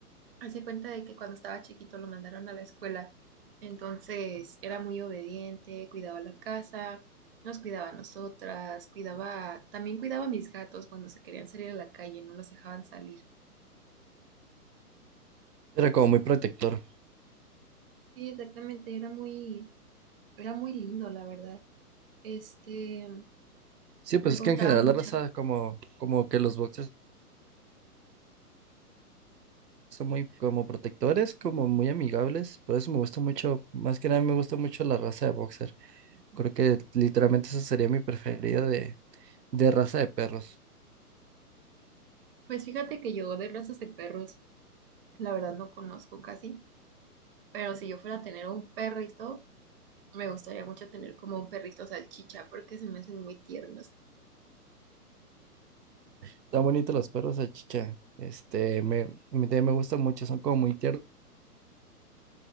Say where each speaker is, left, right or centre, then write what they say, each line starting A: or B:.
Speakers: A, on the right; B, on the right.
A: Hace cuenta de que cuando estaba chiquito lo mandaron a la escuela. Entonces, era muy obediente, cuidaba la casa, nos cuidaba a nosotras, cuidaba, también cuidaba a mis gatos cuando se querían salir a la calle, no los dejaban salir.
B: Era como muy protector.
A: Sí, exactamente, era muy, era muy lindo, la verdad. Este,
B: Sí, pues
A: me
B: es
A: gustaba
B: que en general
A: mucho.
B: la raza como, como que los boxers son muy como protectores, como muy amigables. Por eso me gusta mucho, más que nada me gusta mucho la raza de boxer. Creo que literalmente esa sería mi preferida de, de raza de perros.
A: Pues fíjate que yo de razas de perros, la verdad no conozco casi, pero si yo fuera a tener un perrito, Me gustaría mucho tener como un perrito salchicha porque se me hacen muy tiernos.
B: Están bonitos los perros salchicha. Este, me, a mí también me gustan mucho, son como muy tiernos